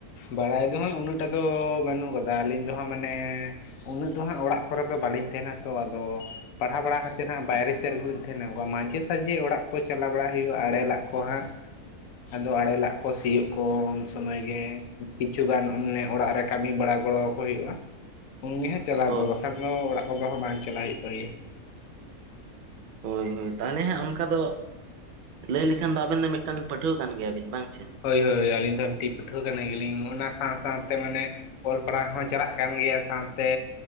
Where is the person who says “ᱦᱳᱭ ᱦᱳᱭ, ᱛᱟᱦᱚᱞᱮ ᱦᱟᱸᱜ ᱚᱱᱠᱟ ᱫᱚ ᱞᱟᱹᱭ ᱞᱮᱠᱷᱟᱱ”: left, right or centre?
Right